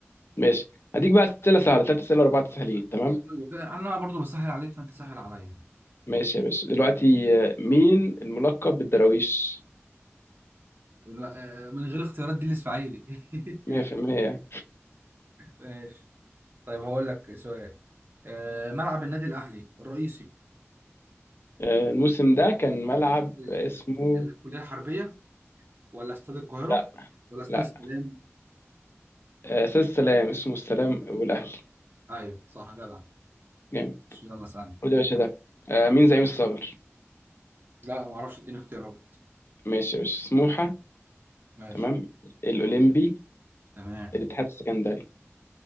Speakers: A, on the left (about 55°); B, on the right (about 45°).
A: ماشي هديك بقى أسئلة سهلة تلات أسئلة ورا بعض سهلين تمام
B: أيوة. انا برضو بسهل عليك فانت سهل عليا
A: ماشي يا باشا دلوقتي آه مين الملقب بالدراويش
B: لا، آه، من غير اختيارات دي الاسماعيلي <laughs>
A: 100%
B: ماشي طيب هقول لك سؤال آه، ملعب النادي الاهلي الرئيسي
A: آه الموسم ده كان ملعب
B: اسمه ايه؟
A: اسمه
B: الكلية الحربية ولا استاد القاهرة
A: لا
B: ولا استاد
A: لا
B: السلام؟
A: آه أستاذ السلام اسمه السلام والأهلي
B: ايوه صح جدع
A: جامد
B: يلا ثانية
A: خد يا باشا ده آه مين زعيم الصغر
B: لا ما اعرفش اديني اختيارات
A: ماشي يا باشا سموحة
B: ماشي
A: تمام الأولمبي
B: تمام
A: الاتحاد السكندري